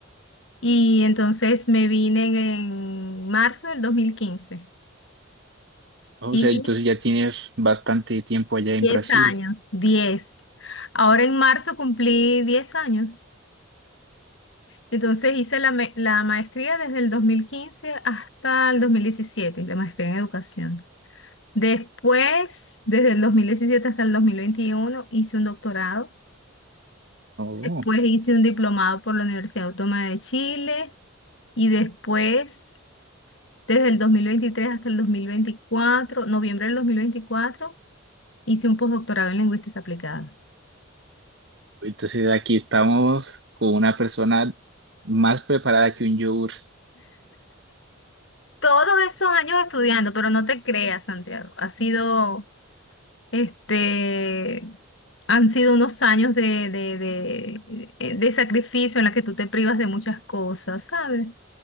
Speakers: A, on the left; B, on the right.
A: y entonces me vine en, en marzo del 2015
B: O
A: y
B: sea, entonces ya tienes bastante tiempo allá en
A: 10
B: Brasil.
A: años, 10. Ahora en marzo cumplí 10 años. Entonces hice la, me- la maestría desde el 2015 hasta el 2017, la maestría en educación. Después, desde el 2017 hasta el 2021, hice un doctorado.
B: Oh,
A: Después hice un diplomado por la Universidad Autónoma de Chile. Y después, desde el 2023 hasta el 2024, noviembre del 2024, hice un postdoctorado en lingüística aplicada.
B: entonces aquí estamos con una persona más preparada que un yogur.
A: Todos esos años estudiando, pero no te creas, Santiago, ha sido Este, han sido unos años de, de, de, eh, de sacrificio en la que tú te privas de muchas cosas, ¿sabes?